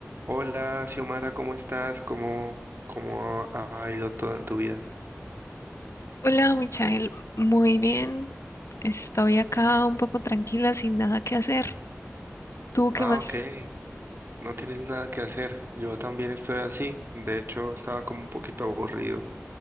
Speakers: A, on the right; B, on the left.
A: Hola, Xiomara, ¿cómo estás? ¿Cómo, cómo ha ido todo en tu vida?
B: Hola, Michael. Muy bien. Estoy acá un poco tranquila, sin nada que hacer. ¿Tú qué
A: Ah,
B: más?
A: ok, no tienes nada que hacer. Yo también estoy así. De hecho, estaba como un poquito aburrido.